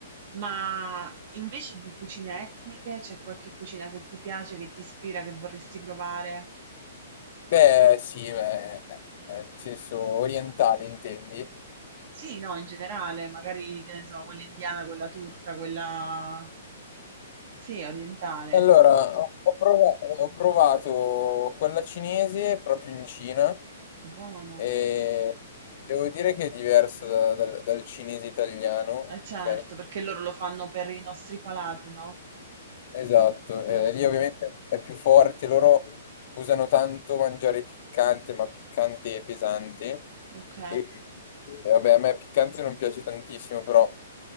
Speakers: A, on the right (about 45°); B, on the left (about 45°).
A: Ma invece di cucine etniche, c'è qualche cucina che ti piace, che ti ispira, che vorresti provare?
B: Beh, sì, beh, eh, nel senso orientale intendi?
A: Sì, no, in generale, magari, che ne so, quella indiana, quella turca, quella... Sì, orientale.
B: Allora, ho ho prova- ho provato quella cinese proprio in Cina
A: Buono.
B: e devo dire che è diversa da- dal, dal cinese italiano,
A: Eh certo,
B: ok?
A: perché loro lo fanno per i nostri palati, no?
B: Esatto, eh,
A: Mm,
B: lì ovviamente è più forte, loro usano tanto mangiare piccante, ma piccante e pesante.
A: ok.
B: E, e vabbè, a me piccante non piace tantissimo, però